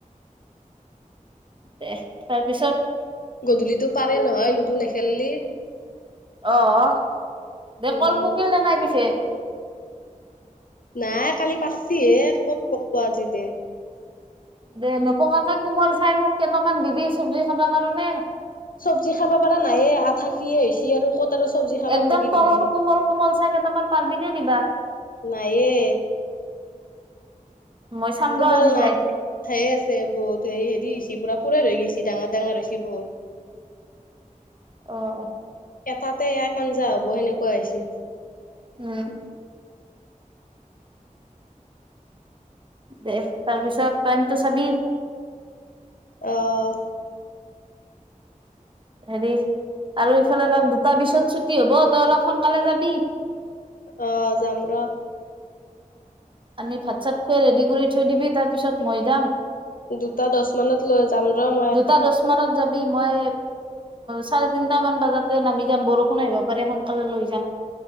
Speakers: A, on the right; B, on the left.
A: দে তাৰপিছত
B: গধূলিটো পাৰে নহয় লুডু নেখেললি
A: অ', দে
B: উম,
A: কল পকিল নে নাই পিছে?
B: নাই কালি পাচ্ছচিহে ক'ত পকব আজিতে।
A: দে নপকাকে কোমল চাই মোক কেইটামান দিবি চবজি খাবা কাৰণে।
B: চবজি খাব পাৰা নাইয়ে আঠাকিয়ে হৈছে আৰু ক'ত আৰু চব্জি খাবাক
A: একদম
B: লাগি দিবি।
A: তলৰ কোমল কোমল চাহ কেইটামান পাৰিবি দেই দিবা।
B: নাইয়ে
A: মই চাম
B: কোমল
A: ৰ আজি
B: না
A: যাই
B: খাইয়ে আছে বহুত হেৰি-হেৰি পুৰা পূৰা ৰৈ গৈছ ডাঙৰ ডাঙৰ হৈছ বহুত
A: আহ অ।
B: তাতে এক আঞ্জা হ'ব সেনেকুৱা হৈছে।
A: উম। দে তাৰপিছত টাইমটো চাবি
B: আহ।
A: হেৰি আৰু ইফালে তাত দুটা বিছত ছুটি হ'ব তই অলপ সোনকালে যাবি।
B: অ যাম ৰ।
A: আনি ভাত চাত খুৱাই ৰেডি কৰি থৈ দিবি তাৰ পিছত মই যাম।
B: দুটা দশ মানত লৈ যাম ৰ মই
A: দুটা দহ মানত যাবি মই চাৰে তিনটা মান বজাতে নামি যাম বৰষুণ আহিব পাৰে সোনকালে লৈ যাম।